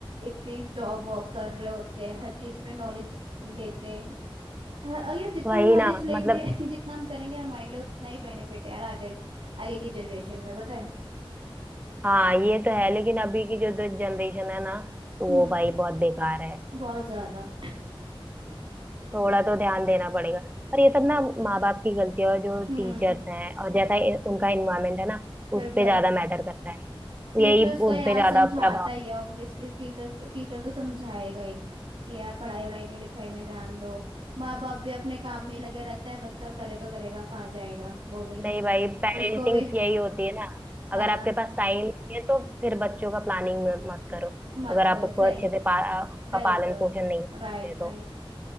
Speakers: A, on the right (about 70°); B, on the right (about 20°).
A: इतनी जॉब वॉब कर रहे होते हैं हर चीज में नॉलेज लेते हर और यार जितना
B: वही
A: हम नॉलेज
B: ना
A: लेंगे
B: मतलब
A: <laughs> जितना हम करेंगे हमारे लिए उतना ही बेनिफिट है यार आगे की आगे की जनरेशन में बताए
B: हाँ ये तो है लेकिन अभी की जो जनरेशन है ना तो
A: हम्म
B: वो भाई बहुत बेकार है
A: बहुत ज्यादा
B: थोड़ा तो ध्यान देना पड़ेगा और ये सब ना माँ बाप की गलती है और जो
A: हम्म
B: टीचर्स हैं और जैसा इ- उनका इन्वायरमेंट है ना
A: बिल्कुल
B: उस पे ज्यादा मैटर करता है
A: टीचर्स
B: यही
A: तो
B: उन
A: यार
B: पे ज्यादा
A: समझाता
B: प्रभाव
A: ही है ऑब्वियसली टीचर्स तो टीचर तो समझाएगा ही कि यार पढ़ाई वढ़ाई में लिखाई में ध्यान दो माँ बाप भी अपने काम में ही लगे रहते हैं बच्चा करे तो करेगा कहाँ जाएगा वो भी
B: नहीं भाई पेरेंटिंग
A: उसको भी
B: यही होती है ना
A: हाँ
B: अगर आपके पास टाइम नहीं है तो फिर बच्चों का प्लानिंग मत करो
A: मत
B: अगर आप
A: करो
B: उसको
A: सही
B: अच्छे से पा, आ, उसका
A: बिल्कुल
B: पालन पोषण नहीं कर सकते
A: राइट
B: तो
A: राइट